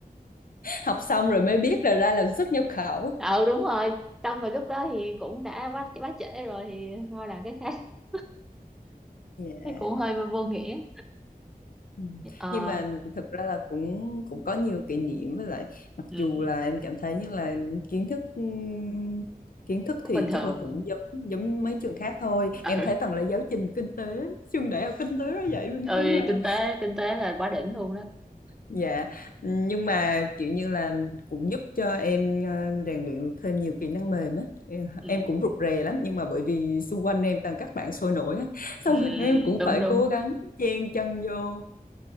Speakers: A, on the left (about 65°); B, in the centre.
A: Học xong rồi mới biết là ra làm xuất nhập khẩu.
B: ừ đúng rồi xong rồi lúc đó thì cũng đã quá quá trễ rồi thì thôi làm cái khác <laughs>
A: Yeah.
B: thấy cũng hơi vô nghĩa
A: Ừ.
B: ờ
A: Nhưng mà thực ra là cũng cũng có nhiều kỷ niệm với lại mặc
B: ừ,
A: dù là em cảm thấy như là kiến thức ừm, kiến thức
B: cũng
A: thì
B: bình thường
A: chắc là cũng giống giống mấy trường khác thôi
B: ừ.
A: em thấy toàn là giáo trình kinh tế trường đại học kinh tế nó dạy mình
B: ơi
A: không à
B: kinh tế kinh tế là quá đỉnh luôn đó
A: Dạ, nhưng mà kiểu như là cũng giúp cho em ờ, rèn luyện được thêm nhiều kỹ năng mềm á. Em
B: ừ.
A: em cũng rụt rè lắm nhưng mà bởi vì xung quanh em toàn các bạn sôi nổi á, <laughs>
B: Ừ,
A: xong rồi em cũng
B: đúng
A: phải
B: đúng
A: cố gắng chen chân vô.